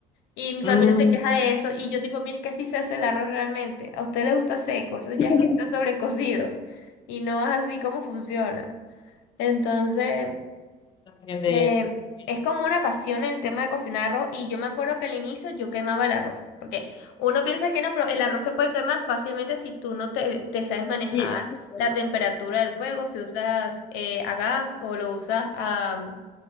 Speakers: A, on the left (about 80°); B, on the left (about 25°).
A: Y mi
B: Mm.
A: familia se queja de eso y yo tipo, mire, es que así se hace el arroz realmente. A usted le gusta seco, eso ya
B: <laughs>
A: es que está sobrecocido y no es así como funciona. Entonces...
B: También de
A: Eh,
B: sentimiento.
A: es como una pasión el tema de cocinar arroz y yo me acuerdo que al inicio yo quemaba el arroz, porque uno piensa que no, pero el arroz se puede quemar fácilmente si tú no te, te sabes manejar
B: Sí, eso es cierto.
A: la temperatura del fuego, si usas eh, a gas o lo usas a,